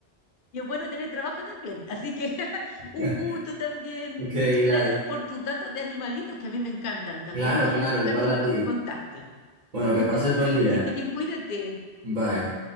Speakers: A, on the left (about 60°); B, on the right (about 45°).
A: Y es bueno tener trabajo también. Así que <laughs>
B: <laughs>
A: un gusto también.
B: Ok,
A: Muchas
B: Gladys.
A: gracias por tus datos de animalitos que a mí me encantan. También
B: Claro,
A: voy
B: claro,
A: a investigar
B: igual
A: de
B: a
A: los
B: ti.
A: que me contaste.
B: Bueno,
A: <laughs>
B: que pases buen día.
A: Que estés bien, cuídate.
B: Bye.